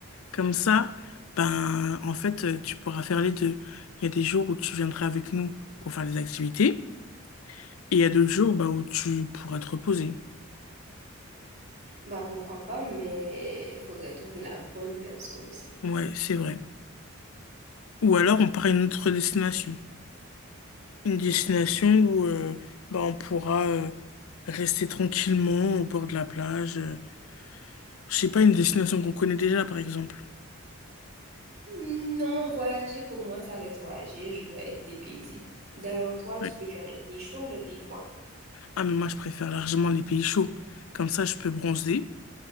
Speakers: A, on the left; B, on the right.
A: Comme ça, ben, en fait, euh, tu pourras faire les deux. Il y a des jours où tu viendras avec nous pour faire les activités, et il y a d'autres jours, bah, où tu pourras te reposer.
B: Bah, pourquoi pas, mais il faudrait trouver la bonne personne aussi.
A: Ouais, c'est vrai. Ou alors, on part à une autre destination. Une destination où, euh, bah, on pourra, euh, rester tranquillement au bord de la plage. euh. Je sais pas, une destination qu'on connaît déjà, par exemple.
B: Non, voyager pour moi, ça reste voyager. Je dois être dépaysée. D'ailleurs, toi, tu
A: Ouais.
B: préfères les pays chauds ou les pays froids?
A: Ah, mais moi, je préfère largement les pays chauds. Comme ça, je peux bronzer.